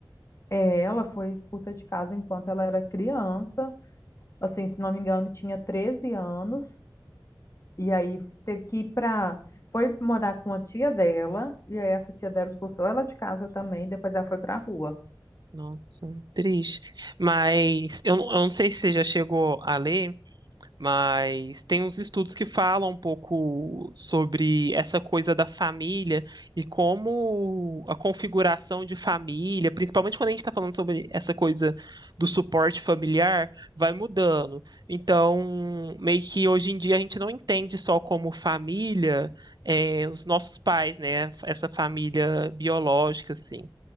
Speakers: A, on the left; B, on the right.
A: É, ela foi expulsa de casa enquanto ela era criança. Assim, se não me engano, tinha 13 anos. E aí teve que ir pra. Foi morar com a tia dela, e aí essa tia dela expulsou ela de casa também, depois ela foi pra rua.
B: Nossa, triste. Mas eu, eu não sei se você já chegou a ler, Mas tem uns estudos que falam um pouco sobre essa coisa da família e como a configuração de família, principalmente quando a gente está falando sobre essa coisa do suporte familiar, vai mudando. Então, meio que hoje em dia a gente não entende só como família, eh, os nossos pais, né? Essa família biológica, assim.